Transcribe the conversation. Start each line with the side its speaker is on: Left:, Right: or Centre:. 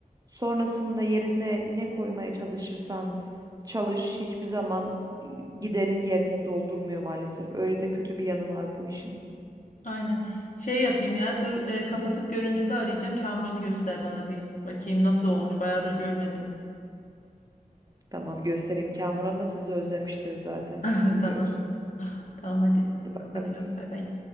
Right: sonrasında yerine ne koymaya çalışırsan çalış hiçbir zaman e, giderin yerini doldurmuyor maalesef. Öyle de kötü bir yanı var bu işin.
Left: Aynen şey yapayım ya dur e, kapatıp görüntülü arayacağım Kamuran'ı göster bana bir bakayım nasıl olmuş bayağıdır görmedim.
Right: Tamam göstereyim. Kamuran da sizi özlemiştir zaten.
Left: <laughs>
Right: Sizi
Left: Tamam
Right: görsün.
Left: tamam hadi
Right: Hadi bakalım.
Left: kapatıyorum bay bay.